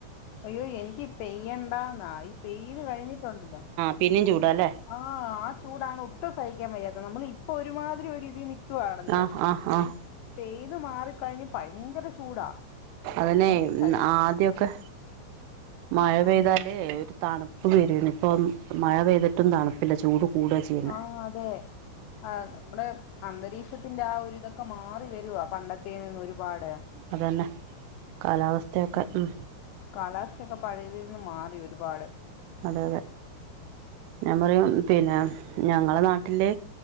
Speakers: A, on the left; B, on the right.
A: അയ്യോ എനിക്ക് പെയ്യണ്ടാന്നാ ഈ പെയ്ത് കഴിഞ്ഞിട്ടുണ്ടല്ലോ
B: പിന്നിം ചൂടാ ല്ലേ.
A: ആഹ്. ആ ചൂടാണ് ഒട്ടും സഹിക്കാൻ വയ്യാത്തെ നമ്മളിപ്പൊ ഒരുമാതിരി ഒരിതിൽ നി ക്കുവാണല്ലോ.
B: ആഹ് ആഹ് ആഹ്
A: ഇ പെയ്ത് മാറിക്കഴിഞ്ഞു ഭയങ്കര ചൂടാ.
B: അതന്നെ.
A: നമുക്ക് സഹിക്ക
B: ആദ്യൊക്കെ മഴ
A: ആഹ്
B: പെയ്താൽ ലേ ഒരു തണുപ്പ് വര്വേന്ന് ഇപ്പം മഴ പെയ്തിട്ടും തണുപ്പില്ല. ചൂട് കൂടുക ചെയ്യുന്നെ
A: ആഹ് അതെ ആന്ന്. നമ്മുടെ അന്തരീക്ഷത്തിന്റെ ആ ഒരു ഇതൊക്കെ മാറി വരുവാ പണ്ടത്തെതിൽ ന്ന് ഒരുപാട്.
B: അതന്നെ കാലാവസ്ഥയൊക്കെ ഉ
A: കാലാവസ്ഥൊക്കെ പഴയതിൽന്ന് മാറി ഒരുപാട്
B: അതെ അതെ ഞാൻ പറയും പിന്നെ ഞങ്ങളെ നാട്ടില്